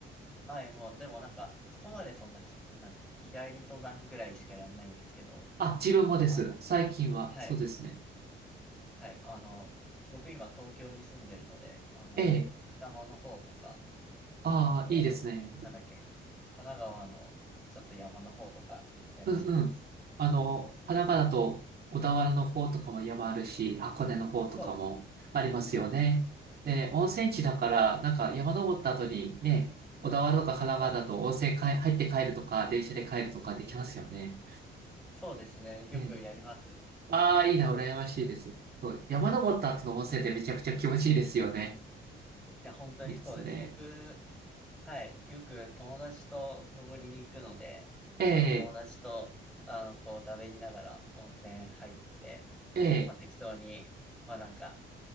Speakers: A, in the centre; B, on the right (about 50°).
A: はい、もう、でもなんか、そこまでそんなひ、なんていうの、日帰り登山ぐらいしかやんないんですけど、
B: あ、自分もです。
A: あの、
B: 最近は、
A: はい、
B: そうですね。
A: はい、あの、僕今東京に住んでるので、あの、
B: ええ。
A: 奥多摩の方とか、
B: ああ、
A: あとは、
B: いいですね。
A: なんだっけ、神奈川のちょっと山の方とか行ったりしてます。
B: うんうん。あの、神奈川だと小田原の方とかも山あるし、箱根の方とかもありますよね。
A: そうですね。うん。
B: で、温泉地だから、なんか山登った後にね、小田原とか神奈川だと温泉かい入って帰るとか、
A: あ、
B: 電車で帰るとかできますよね。
A: そうですね。よくやります。
B: ね。
A: い
B: ああ、いいな、羨ましいです。そう、山登った後の温泉ってめちゃくちゃ気持ちいいですよね。
A: や、本当にそうです。
B: いいですね。
A: 僕、はい、よく友達と登りに行くので、
B: ええ、
A: まあ、友達と、あの、こう、だべりながら温泉入って、
B: ええ、
A: まあ、適当に、まあ、なんか、